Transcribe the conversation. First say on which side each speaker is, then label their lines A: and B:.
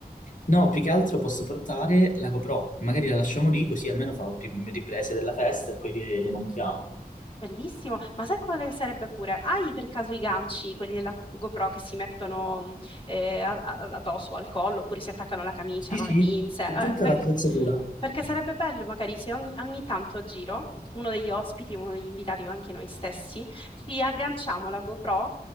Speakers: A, on the left; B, on the left.
A: No, più che altro posso portare la GoPro. Magari la lasciamo lì, così almeno fa un ri- riprese della festa e poi le le montiamo.
B: Bellissimo. Ma sai quale sarebbe pure? Hai per caso i ganci, quelli della GoPro che si mettono mh, eh, a- a- addosso al collo oppure si attaccano alla camicia,
A: Sì,
B: no?
A: sì,
B: Le pinze?
A: ho
B: Eh,
A: tutta
B: perché,
A: l'attrezzatura.
B: perché sarebbe bello magari se ogni, ogni tanto a giro uno degli ospiti, uno degli invitati o anche noi stessi, ci agganciamo la GoPro